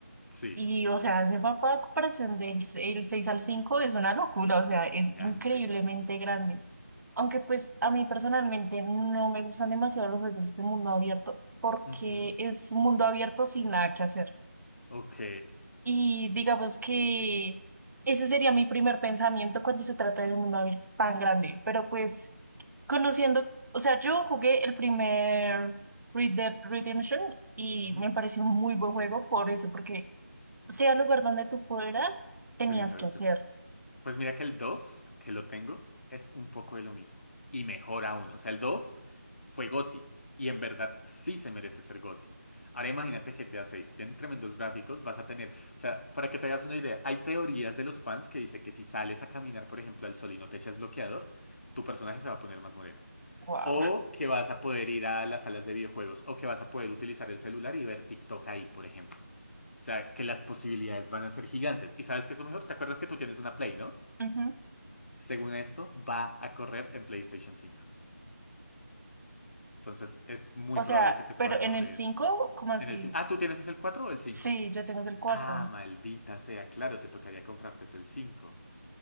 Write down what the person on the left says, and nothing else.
Sí,
es
gigante.
Ujú,
Ok.
ujú,
Tenías algo
que hacer. Pues mira que el 2 que lo tengo, es un poco de lo mismo. Y mejor aún. O sea, el 2 fue GOTY. Y en verdad sí se merece ser GOTY. Ahora imagínate GTA 6. Tiene tremendos gráficos. Vas a tener. O sea, para que te hagas una idea, hay teorías de los fans que dice que si sales a caminar, por ejemplo, al sol y no te echas bloqueador, tu personaje se va a poner más moreno.
O que vas a poder ir a las salas de videojuegos. O que vas a poder utilizar el celular y ver TikTok ahí, por ejemplo. O sea, que las posibilidades van a ser gigantes. ¿Y sabes qué es lo mejor? ¿Te acuerdas que tú tienes una Play, ¿no?
según esto, va a correr en PlayStation 5. Entonces es muy
probable
que te
pueda
correr
en el 5. Ah, ¿tú tienes es el 4 o el 5?
Ah, maldita sea, claro, te tocaría comprarte es el 5.